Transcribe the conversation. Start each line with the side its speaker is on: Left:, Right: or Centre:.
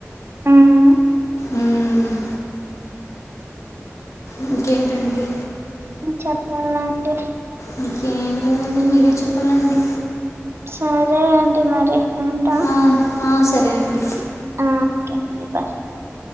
Right: హ్మ్
Left: ఉమ్ ఇంకేంటండి
Right: చెప్పాలా అండి
Left: ఇంక ఏం లేదండి మీరే చెప్పాలండి
Right: సరే అండి మరి ఉంటా
Left: ఆ ఆ సరే అండి
Right: ఆ ఓకే అండి బాయ్